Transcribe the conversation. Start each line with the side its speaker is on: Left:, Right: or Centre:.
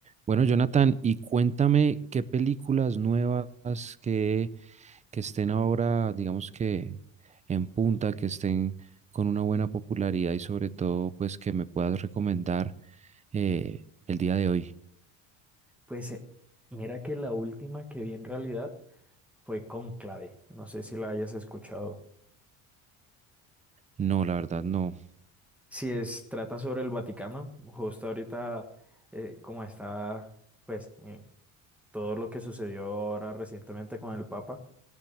Right: Bueno, Jonathan, y cuéntame qué películas nuevas que, que estén ahora, digamos que en punta, que estén con una buena popularidad y sobre todo, pues que me puedas recomendar eh, el día de hoy.
Centre: Pues eh, mira que la última que vi en realidad fue Cónclave. No sé si la hayas escuchado.
Right: No, la verdad, no.
Centre: Si es, trata sobre el Vaticano, justo ahorita eh, como está, pues, eh, todo lo que sucedió ahora recientemente con el Papa.